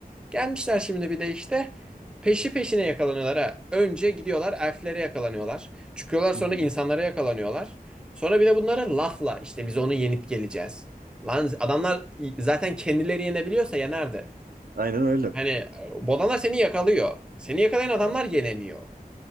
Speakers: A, in the centre; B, on the right (about 70°).
A: Gelmişler şimdi bir de işte peşi peşine yakalanıyorlar ha. Önce gidiyorlar elflere yakalanıyorlar. Çıkıyorlar sonra
B: Hı hı.
A: insanlara yakalanıyorlar. Sonra bir de bunlara lafla işte biz onu yenip geleceğiz. Lan adamlar zaten kendileri yenebiliyorsa yenerdi.
B: Aynen öyle.
A: Hani bodanlar seni yakalıyor. Seni yakalayan adamlar
B: Evet.
A: yenemiyor.